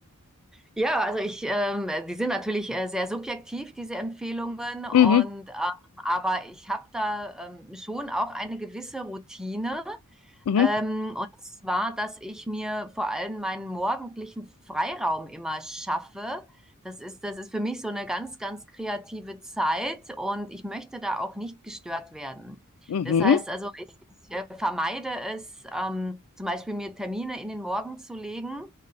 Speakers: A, in the centre; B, on the left.
A: ja, also ich, ähm, die sind natürlich äh, sehr subjektiv, diese Empfehlungen, und
B: Mhm,
A: ähm, aber ich habe da ähm, schon auch eine gewisse Routine.
B: mhm,
A: Ähm, und zwar, dass ich mir vor allem meinen morgendlichen Freiraum immer schaffe. Das ist, das ist für mich so eine ganz, ganz kreative Zeit und ich möchte da auch nicht gestört werden.
B: mhm,
A: Das heißt also, ich, ich äh, vermeide es, ähm, zum Beispiel mir Termine in den Morgen zu legen